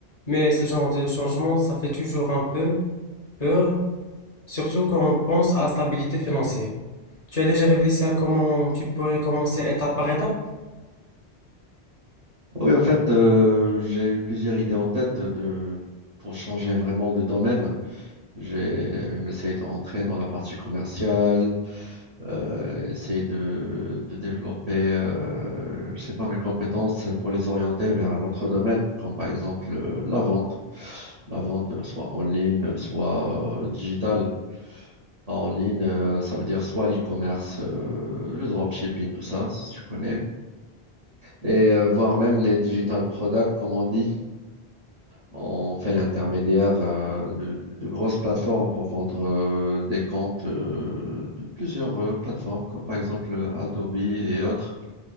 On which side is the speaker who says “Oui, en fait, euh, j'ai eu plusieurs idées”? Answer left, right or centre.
Right